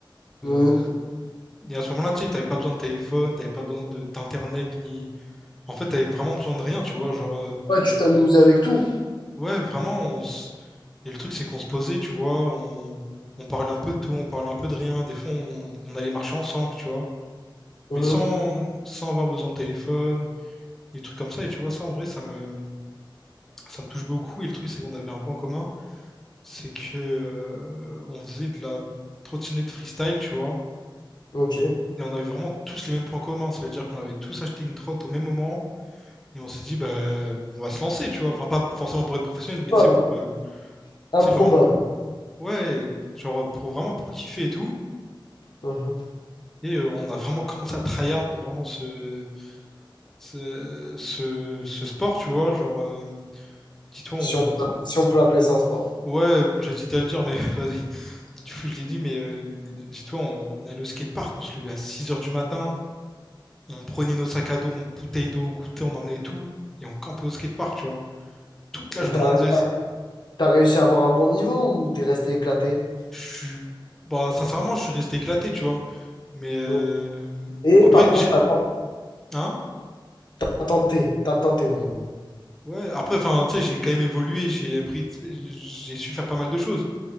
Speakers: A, on the left; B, in the centre.
A: Ouais.
B: Euh, et à ce moment-là, tu sais, t'avais pas besoin de téléphone, t'avais pas besoin de- d'internet, ni, En fait, t'avais vraiment besoin de rien, tu vois. Genre, euh,
A: Ouais, tu t'amuses avec tout.
B: ouais, vraiment, on s- et le truc, c'est qu'on se posait, tu vois. On... on parlait un peu de tout, on parlait un peu de rien. Des fois, on, on allait marcher ensemble, tu vois.
A: Mhm.
B: Mais sans, sans avoir besoin de téléphone, des trucs comme ça. Et tu vois, ça, en vrai, ça me, ça me touche beaucoup. Et le truc, c'est qu'on avait un point commun, c'est que euh, on faisait de la trottinette freestyle, tu vois.
A: Ok.
B: Et on avait vraiment tous les mêmes points communs. Ça veut dire qu'on avait tous acheté une trotte au même moment. Et on s'est dit, bah, on va se lancer, tu vois. Enfin, pas forcément pour être professionnel, mais
A: Improbable.
B: tu sais, pour. euh,
A: Improbable.
B: tu sais, genre, Ouais, genre pour vraiment pour kiffer et tout.
A: Mhm.
B: Et euh, on a vraiment <laughs> commencé à tryhard vraiment ce, ce, ce, ce sport, tu vois. Genre, euh, dis-toi,
A: Si
B: on...
A: on peut, si on peut appeler ça un sport.
B: ouais, bon, j'hésite à le dire, mais <laughs> vas-y. Du coup, je l'ai dit, mais euh, dis-toi, on allait au skatepark, on se levait à 6 heures du matin, on prenait nos sacs à dos, on bouteille d'eau, on goûtait, on emmenait tout, et on campait au skatepark, tu vois. Toute la
A: Et
B: journée,
A: t'as,
B: on faisait ça.
A: t'as réussi à avoir un bon niveau ou t'es resté éclaté?
B: Je suis, bah, sincèrement, je suis resté éclaté, tu vois. Mais euh,
A: Non. Et
B: après,
A: par contre,
B: j'ai.
A: t'as
B: Hein
A: t'as tenté. T'as tenté au moins.
B: Ouais, après, enfin, tu sais, j'ai quand même évolué, j'ai appris, tu sais, j'ai su faire pas mal de choses.